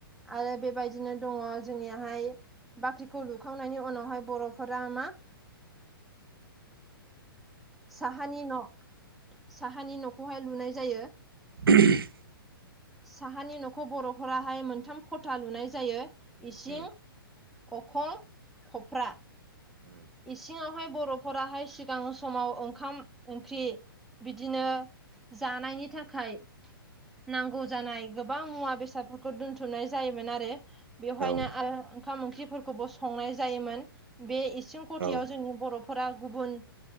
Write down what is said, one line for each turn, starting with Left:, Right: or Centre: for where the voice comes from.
Centre: आरो बेबायदिनो दङ जोंनियाहाय। बाख्रिखौ लुखांनायनि उनावहाय बरफोरा मा साहानि न साहानि नखौहाय लुनाय जायो।
Right: लांदां <inaudible>
Centre: साहानि नखौ बरफोराहाय मोनथाम खथा लुनाय जायो
Right: औ
Centre: इसिं
Right: उम
Centre: अखं खफ्रा।
Right: उम
Centre: इसिङावहाय बर फोराहाय सिगां समाव ओंखाम ओंख्रि बिदिनो जानायनि थाखाय। नांगौ जानाय गोबां मुवा बेसादफोरखौ दोनथुमनाय जायोमोन आरो। बेवहायनो
Right: औ उम औ उम औ उम औ उम औ उम औ
Centre: आरो ओंखाम ओंख्रिफोरखौबो संनाय जायोमोन बे इसिं
Right: औ
Centre: खथयाव
Right: औ
Centre: जोंनि बर फोरा गुबुन